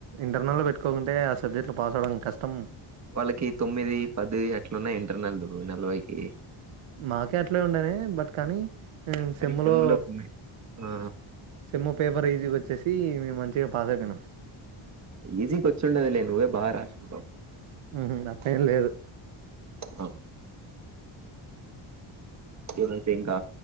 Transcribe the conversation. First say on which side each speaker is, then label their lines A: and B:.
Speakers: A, on the right (about 75°); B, on the right (about 35°).
A: ఇంటర్నల్ లో పెట్టుకోకుంటే ఆ సబ్జెక్ట్లు పాస్ అవ్వడం కష్టం పా
B: వాళ్ళకి తొమ్మిది పది అట్లున్నయి ఇంటర్నల్లు నలభైకి
A: నాకు అట్లే ఉండనే బట్ కానీ
B: కానీ
A: సెమ్లో
B: సెమ్ములో కొన్ని ఆ
A: సెమ్ పేపర్ ఈజీగా వచ్చేసి మేము మంచిగా పాస్ అయిపోయినం
B: ఈజీగా వచ్చుండదులే నువ్వే బాగా రాసుంటావు
A: ఆమ్ ఆహా అట్లెం లేదు
B: ఆ ఏవనైతే ఇంకా